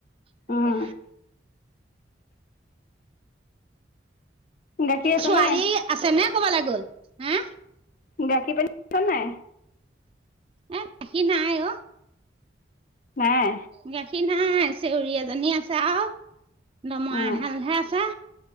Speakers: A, on the right; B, on the left.
A: তাকে।
B: উম। গাখীৰ আছে
A: ছোৱালী
B: নে
A: আছে নে ক'বালে গ'ল, হে?
B: গাখী পানী আছেনে নাই?
A: এ গাখী নাই অঁ'।
B: নাই।
A: গাখীৰ নাই, চেউৰি এজনী আছে আৰু দমৰা
B: অঁ
A: এহালহে আছে।